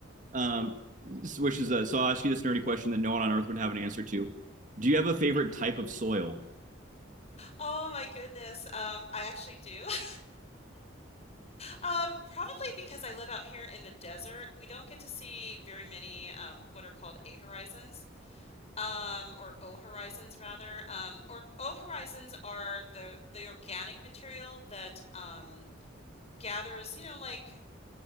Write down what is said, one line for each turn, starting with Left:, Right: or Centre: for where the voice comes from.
Right: Um, which is a, so I'll ask you this nerdy question that no one on Earth would have an answer to. Do you have a favorite type of soil?
Left: Oh my goodness. Um, I actually do. <laughs> Um, probably because I live out here in the desert, we don't get to see very many um, what are called A horizons. um, or O Horizons rather. Um, or O Horizons are the the organic material that um, gathers, you know, like